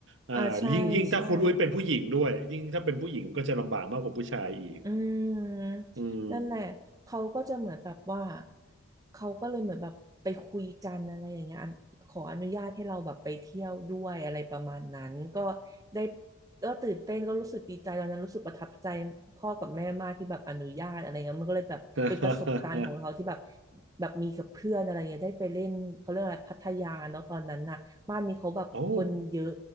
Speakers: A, on the right (about 60°); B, on the right (about 15°).
A: อ่ายิ่งยิ่งถ้าคุณอุ้ยเป็นผู้หญิงด้วยยิ่งถ้าเป็นผู้หญิงก็จะลำบากมากกว่าผู้ชายอีก
B: อ่าใช่ใช่ อืมนั่นแหละเขาก็จะเหมือนแบบว่า
A: อืม
B: เขาก็เลยเหมือนแบบไปคุยกันอะไรอย่างเงี้ยอันขออนุญาตให้เราแบบไปเที่ยวด้วยอะไรประมาณนั้นก็ได้ก็ตื่นเต้นก็รู้สึกดีใจตอนนั้นรู้สึกประทับใจพ่อกับแม่มากที่แบบอนุญาตอะไรเงี้ยมันก็เลยแบบเป็นประสบการณ์ของเราที่แบบ
A: <laughs>
B: แบบมีกับเพื่อนอะไรเงี้ยได้ไปเล่นเขาเรียกอะไรพัทยาเนาะตอนนั้นน่ะบ้านนี้เขาแบบคนเยอะ
A: โอ้